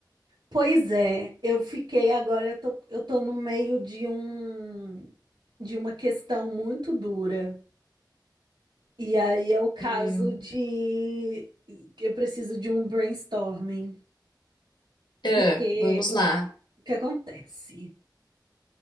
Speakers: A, on the right (about 85°); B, on the left (about 75°).
A: Pois é, eu fiquei agora, eu tô, eu tô no meio de um de uma questão muito dura. E aí é o caso
B: Hum.
A: de eu preciso de um brainstorming,
B: Ah,
A: porque
B: vamos lá.
A: o que acontece?